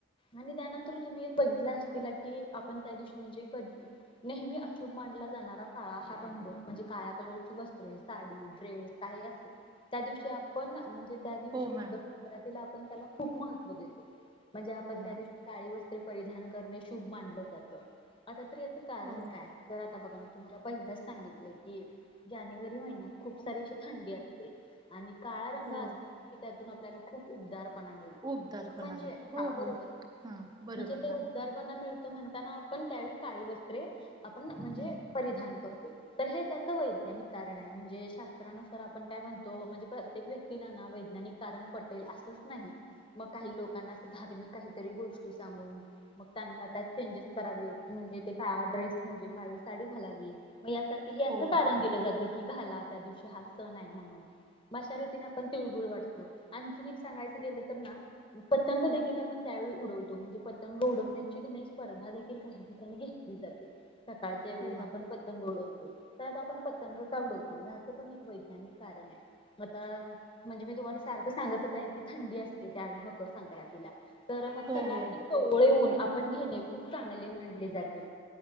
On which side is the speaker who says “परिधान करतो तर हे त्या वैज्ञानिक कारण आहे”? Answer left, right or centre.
Left